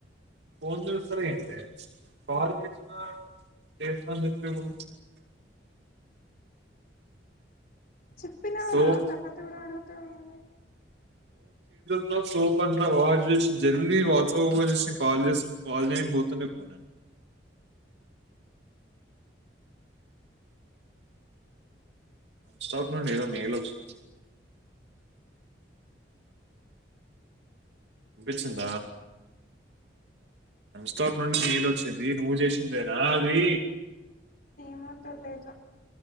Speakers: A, on the right (about 70°); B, on the left (about 50°).
A: ఫోన్ చూసిన ఏంటే కాల్ చేసిన చేస్తన్ చెప్పిలు
B: చెప్పినకదా
A: సోప్
B: తర్వాత కూడా అడుగుతావ్ ఏంది
A: న ఫోన్ అంతా బా యూస్ జెల్ది వాట్సాప్ ఓపెన్ చేసి కాల్ చేసు కాల్ చేయనిక్ పోతుండే ఇపుడు నెన్ స్టాక్ నుండి ఏదో మెయిల్ ఒచ్చింది ఇన్పిచింద ఏంస్టిక్ నుండి మెయిల్ ఒచ్చింది నువ్వు చేసిందేనా అది
B: ఏమో తెలీదు